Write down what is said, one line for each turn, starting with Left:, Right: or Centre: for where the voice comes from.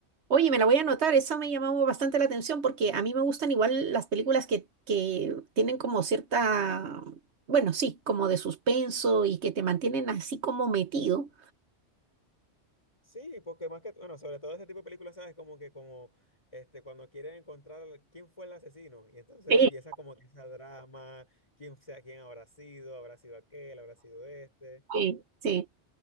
Right: Oye, me la voy a anotar, esa me llamó bastante la atención porque a mí me gustan igual las películas que, que tienen como cierta, bueno, sí, como de suspenso y que te mantienen así como metido.
Left: Sí, porque más que, bueno, sobre todo ese tipo de películas, ¿sabes? Como que como, este, cuando quieren encontrar al- quién fue el asesino. Y entonces
Right: Sí,
Left: empieza como que esa drama, quién sea, quién habrá sido, habrá sido aquel, habrá sido este.
Right: sí, sí,